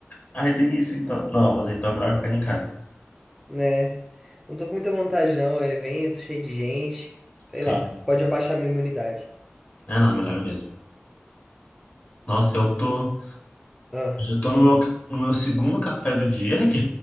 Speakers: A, on the left (about 40°); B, in the centre.
A: aí tem isso, então. Não, mas então é melhor ficar em casa.
B: né? Não tô com muita vontade, não. É evento, cheio de gente. Sei
A: Sim.
B: lá, pode abaixar minha imunidade.
A: É, não, melhor mesmo. Nossa, eu tô...
B: Ah.
A: Já tô no meu, no meu segundo café do dia, <laughs> que